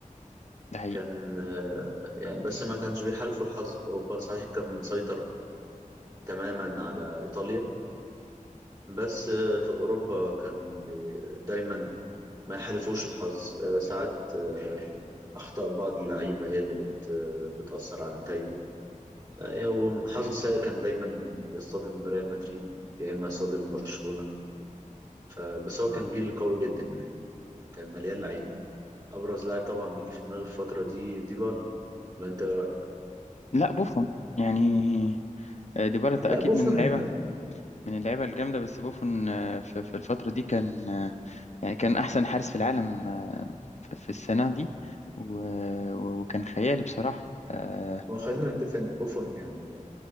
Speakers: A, on the left (about 55°); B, on the right (about 30°).
A: ده
B: كان آه، يعني بس ما كانش بيحالفه الحظ في اوروبا صحيح كان مسيطر تماما على ايطاليا بس آه، في أوروبا كان بي- دايما ما يحالفوش الحظ آه، ساعات آه، أخطاء بعض اللعيبة هي اللي بت آه، بتأثر على نتايجه آه، وحظه السيء كان دايما يصطدم بريال مدريد يا إما يصطدم برشلونة آه، بس هو كان جيل قوي جدا يعني كان مليان لعيبة أبرز لاعب طبعا بيجي في دماغي في الفترة دي ديبالا ولا أنت إيه رأيك؟
A: لا بوفون يعني آه، ديبالا تا-
B: لا
A: اكيد
B: بوفون
A: من اللعيبه من اللعيبه الجامده بس بوفون آه، في في الفتره دي كان آه، يعني كان احسن حارس في العالم آه، في في السنه دي و- و- وكان خيالي بصراحه آه،
B: ما هو خلينا نتفق إن بوفون يعني